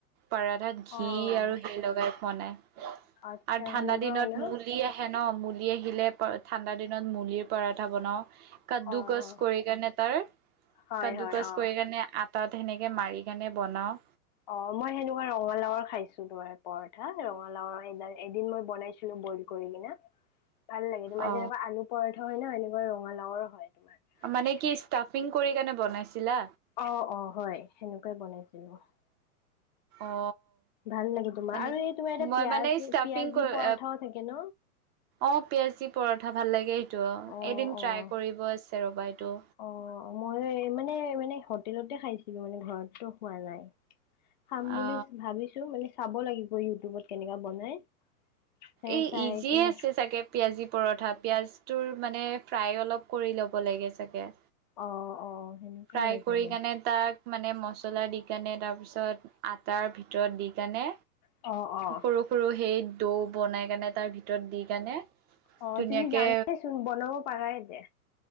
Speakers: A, on the right (about 20°); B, on the left (about 30°).
A: পৰাঠাত ঘি
B: অ',
A: আৰু সেই লগাই খোৱানাই
B: আচ্ছা
A: আৰু ঠাণ্ডা
B: সেনেকুৱাও
A: দিনত
B: ন?
A: মুলি হেক ন মুলি আহিলে ঠাণ্ডা দিনত মুলিৰ পৰঠা বনাওঁ কাদ্দু
B: অ'।
A: কচ কৰি কাৰণে তাৰ
B: হয়
A: কাদ্দু
B: হয়
A: কচ
B: অ'
A: কৰি কাৰণে আ তাত সেনেকে মাৰি কেনে বনাও
B: অ' মই সেনেকুৱা ৰঙালাওৰ খাইছোঁ তোমাৰ পৰঠা ৰঙালাওৰ এডাল এদিন মই বনাইছিলো বইল কৰি কিনে ভাল লাগে তোমাৰ
A: অ
B: যেনেকুৱা আলু পৰঠা হয় ন এনেকুৱা ৰঙালাওৰ হয় তোমাৰ
A: মানে কি ষ্টাফিং কৰি কেনে বনাইছিলা
B: অ' অ' হয় সেনেকুৱাই বনাইছিলোঁ
A: অ
B: ভাল লাগে তোমাৰ
A: মানে
B: আৰু এই তোমাৰ এটা
A: মই
B: পিয়াজ
A: মানে স্তাফিং
B: পিয়াজি
A: কৰি
B: পৰঠাও থাকে ন
A: অ পিয়াজ দি পৰঠা ভাল লাগে ত
B: অ'
A: এদিন
B: অ'
A: ট্ৰাই কৰিব আছে ৰ'বা এইটো
B: অ' মই মানে মানে হোটেলতে খাইছিলো মানে ঘৰটো খোৱা নাই খাম বুলি
A: অ
B: ভাবিছো মানে চাব লাগিব ইউটিউবত কেনেকা বনাই সেই
A: এই
B: চাই
A: ইজিয়ে
B: কিনে
A: আছে চাগে পিয়াজ দি পৰঠা পিয়াজ তোৰ মানে ফ্ৰাই অলপ কৰি ল'ব লাগে চাগে
B: অ অ সেনেকুৱাই
A: ফ্ৰাই
B: হয়
A: কৰি
B: চাগে
A: কেনে তাক মানে মছলা দি কেনে তাৰপিছত আটাৰ ভিতৰ ভিতৰত দি কেনে
B: অ', অ',
A: সৰু সৰু সেই দৌ বনাই কেনে তাৰ ভিতৰত দি কেনে
B: অ',
A: ধুনীয়াকে
B: তুমি জানাইচোন বনাব পাৰাই দে